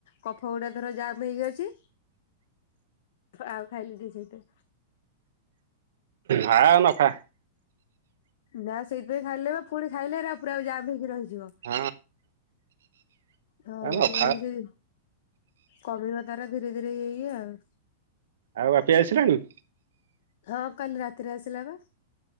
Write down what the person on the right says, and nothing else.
ହଁ ନଖା।
ହଁ
ଆଉ ନଖା
ଆଉ ବାପି ଆସିଲାଣି।